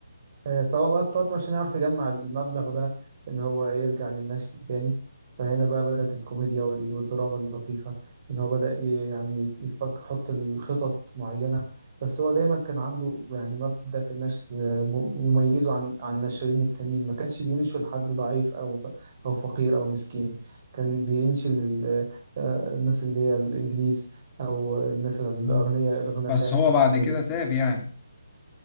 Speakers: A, on the right; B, on the left.
A: آه، فهو بقى اضطر عشان يعرف يجمع المبلغ ده ان هو يرجع للنشل تاني فهنا بقى بدأت الكوميديا وال- والدراما اللطيفة ان هو بدأ ي- يعني يفكر يحط الخطط معينة بس هو دايما كان عنده يعني مبدأ في النشل آه، م- مميزه عن عن النشالين التانيين ما كانش بينشل حد ضعيف او او فقير او مسكين كان بينشل ال- آه، الناس اللي هي الانجليز او الناس الاغنياء
B: مم.
A: الغنى
B: بس
A: فاحش
B: هو بعد كده تاب يعني